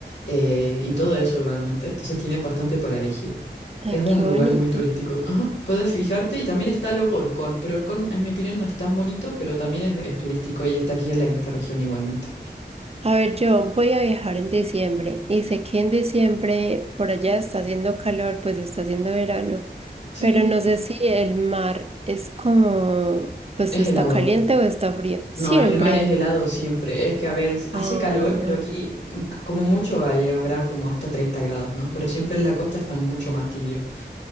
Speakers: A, on the left; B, on the right.
A: eh, y todo eso realmente. Entonces tienes bastante para elegir.
B: Ay,
A: Es un
B: qué
A: lugar
B: bonito.
A: muy turístico. Ajá. Puedes fijarte y también está luego Orcón, pero Orcón en mi opinión no es tan bonito, pero también es, es turístico y está aquí en la quinta región igualmente.
B: A ver, yo voy a viajar en diciembre y sé que en diciembre por allá está haciendo calor, pues está haciendo verano,
A: Sí,
B: pero no sé si el mar es como, pues
A: es
B: está
A: helado.
B: caliente o está frío. Siempre.
A: No, el mar es helado siempre. Es que, a ver, hace
B: Ay,
A: calor,
B: no.
A: pero aquí mm, como mucho ahí habrá como hasta 30 grados, ¿no? Pero siempre en la costa está mucho más tibio.